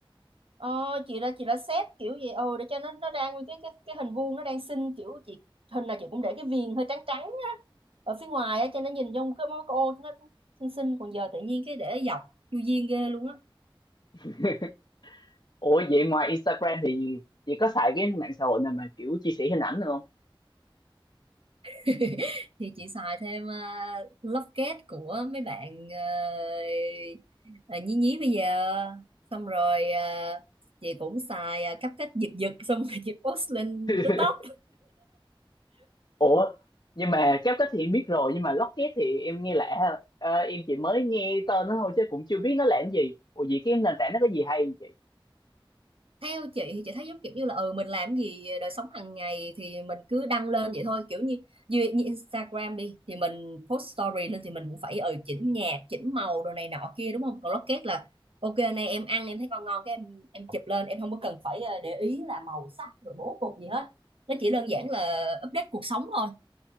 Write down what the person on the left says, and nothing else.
<laughs> Ủa vậy ngoài Instagram thì chị có xài cái mạng xã hội nào mà kiểu chia sẻ hình ảnh được không?
<laughs>
Ủa nhưng mà CapCut thì em biết rồi nhưng mà Locket thì em nghe lạ ha. Ờ, em chỉ mới nghe tên nó thôi chứ cũng chưa biết nó làm gì. Ủa vậy cái nền tảng nó có gì hay vậy chị?